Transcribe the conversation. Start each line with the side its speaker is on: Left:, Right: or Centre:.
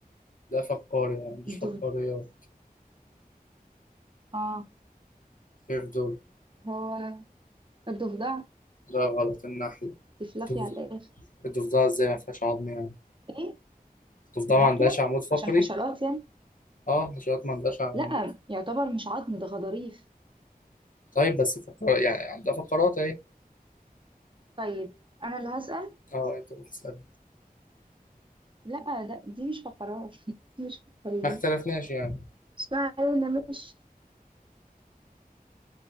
Left: لا فقاري ما عندوش
Right: الضف...
Left: فقاريات
Right: اه
Left: ايه في دول
Right: هو الضفدعة
Left: لا غلط النحلة
Right: تفلفي
Left: الضف-
Right: على الآخر
Left: الضفدعة ازاي ما فيهاش عظم يعني
Right: ايه
Left: الضفدعة
Right: النحلة
Left: ما عندهاش عمود فقري
Right: عشان حشرات يعني
Left: اه الحشرات ما عندهاش عمود
Right: لا يعتبر مش عظم ده غضاريف
Left: طيب بس فقر... يعني عندها فقرات اهي
Right: طيب أنا اللي هسأل
Left: اه انت بتسأل
Right: لا ده دي مش فقرات <laughs> دي مش فقرية
Left: ما اختلفناش يعني
Right: اسمعي أنا مش